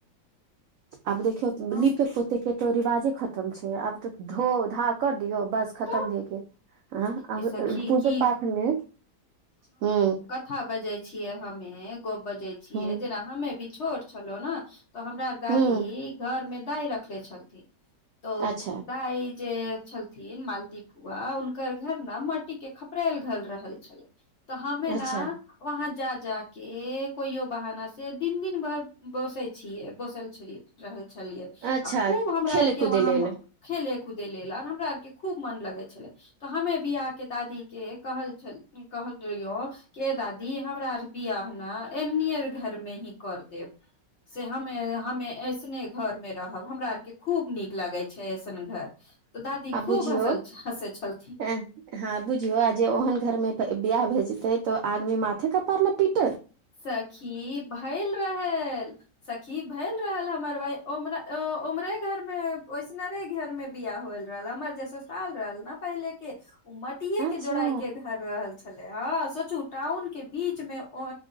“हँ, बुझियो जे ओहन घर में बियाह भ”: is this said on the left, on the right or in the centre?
Right